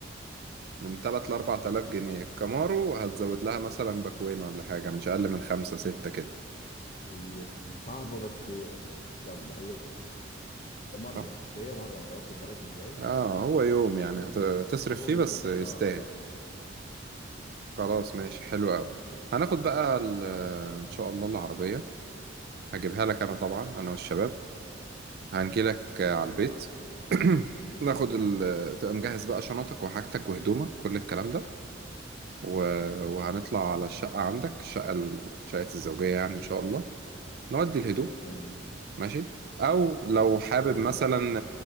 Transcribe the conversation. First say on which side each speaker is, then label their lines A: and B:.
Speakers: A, on the right; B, on the left.
A: من 3 ل 4000 جنيه الكامارو هتزود لها مثلا باكوين ولا حاجة مش أقل من 5 6 كده
B: هي صعبة بس يلا هي مرة
A: اه
B: اصل هي مرة انت واخد بالك ازاي
A: آه، هو يوم
B: آه
A: يعني هت- هتصرف
B: هو
A: فيه
B: يوم
A: بس يستاهل
B: اه اه
A: خلاص ماشي حلو أوي هناخد بقى ال... إن شاء الله العربية هجيبها لك أنا طبعا أنا والشباب هنجيلك آه،
B: تمام
A: على البيت <clears throat> ناخد ال... تبقى مجهز بقى شنطك وحاجتك وهدومك كل الكلام ده و... وهنطلع على الشقة عندك الشقة ال- شقة الزوجية يعني إن شاء الله نودي الهدوم
B: تمام
A: ماشي او لو حابب
B: كويس
A: مثلا
B: جدا